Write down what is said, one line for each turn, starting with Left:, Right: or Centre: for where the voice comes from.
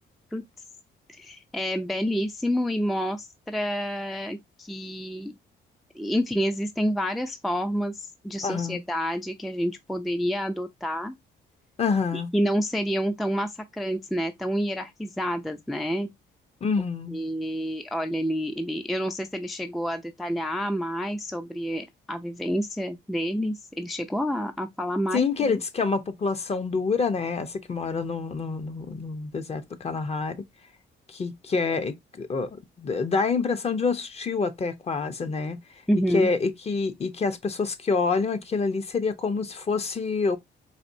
Centre: putz. É belíssimo e mostra que, enfim, existem várias formas de sociedade
Left: Aham.
Centre: que a gente poderia adotar
Left: Aham.
Centre: e que não seriam tão massacrantes, né? Tão hierarquizadas, né?
Left: Uhum.
Centre: E olha, ele, ele, eu não sei se ele chegou a detalhar mais sobre a vivência deles. Ele chegou a, a falar mais
Left: Sim, que
Centre: sobre
Left: ele
Centre: isso?
Left: diz que é uma população dura, né? Essa que mora no, no, no- no deserto do Kalahari, que, que é. que, ó, d- dá a impressão de hostil até quase, né?
Centre: Uhum.
Left: E que, é, e que, e que as pessoas que olham aquilo ali seria como se fosse